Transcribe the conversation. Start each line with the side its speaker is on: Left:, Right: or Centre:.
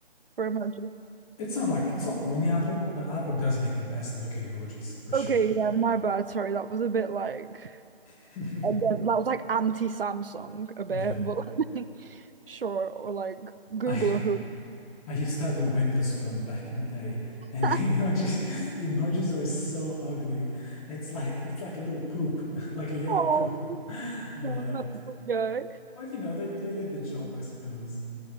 Right: for emoji.
Left: It's not like it's not only Apple, but Apple does make the best looking emojis for sure.
Right: Okay, yeah, my bad. Sorry, that was a bit like
Left: <laughs>
Right: and then that was like anti-Samsung a bit,
Left: Yeah.
Right: but like, sure, or like Google
Left: I
Right: or who.
Left: I used to have a Windows phone back in the day, and
Right: <laughs>
Left: the emojis <laughs> the emojis were so ugly. It's like it's like a little poop, <laughs> like a yellow
Right: Oh,
Left: poop. <laughs> But
Right: no, not the good guy.
Left: but you know, they they did the job, I suppose.